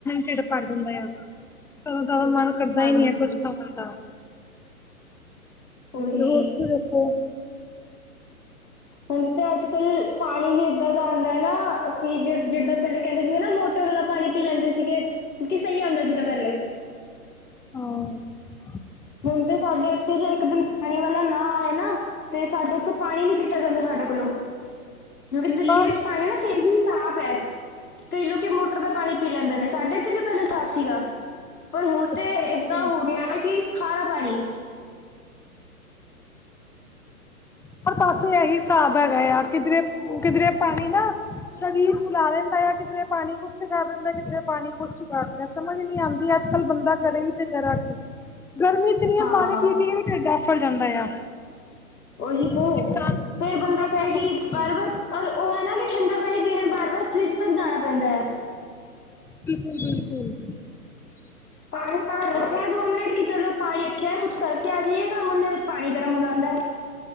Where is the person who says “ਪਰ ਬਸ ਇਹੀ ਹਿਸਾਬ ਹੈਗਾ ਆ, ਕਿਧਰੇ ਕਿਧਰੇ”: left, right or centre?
Centre